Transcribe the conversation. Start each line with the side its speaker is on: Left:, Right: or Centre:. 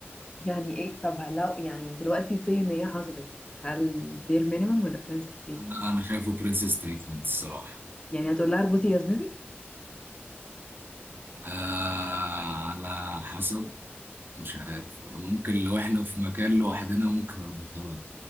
Left: يعني ايه طب لو يعني دلوقتي سي ان هي حصلت هل بير مينيمم ولا برنسس تريت
Right: انا أنا شايفه برنسس تريتمنت الصراحه
Left: يعني هتقول لها اربطي جزمتك
Right: آه على حسب مش عارف ممكن لو احنا في مكان لوحدنا ممكن اربطها لها